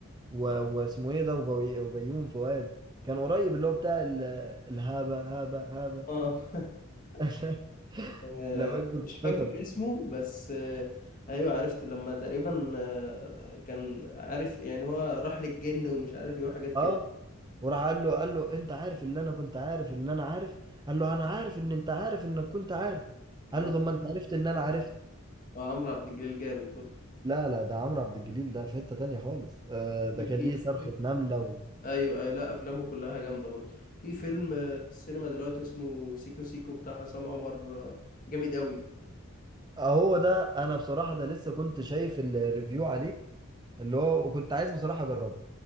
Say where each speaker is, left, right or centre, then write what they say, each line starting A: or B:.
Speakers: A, on the right; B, on the left.
A: و... واسمه ايه ده وبي... وبيوم فؤاد كان قريب اللي هو بتاع ال... الهابه هابه هابه
B: اه <laughs>
A: <laughs>
B: آه،
A: لو انت تفتكر
B: مش فاكر اسمه بس آه ايوه عرفت لما تقريبا آه كان عارف يعني هو راح للجن ومش عارف ايه وحاجات كده
A: اه وراح قال له قال له انت عارف اللي انا كنت عارف ان انا عارف قال له انا عارف ان انت عارف انك كنت عارف قال
B: آه،
A: له طب ما انت عرفت ان انا عرفت
B: وعمرو عبد الجليل جامد برضه
A: لا لا ده عمرو عبد الجليل ده في حتة تانية خالص آه ده
B: أكيد.
A: كان ليه صرخة نملة و...
B: ايوه ايوه لا افلامه كلها جامده برضه في فيلم آه، السينما دلوقتي اسمه سيكو سيكو بتاع عصام عمر آه، جامد قوي
A: هو ده انا بصراحة ده لسه كنت شايف الريفيو عليه اللي هو وكنت عايز بصراحة اجربه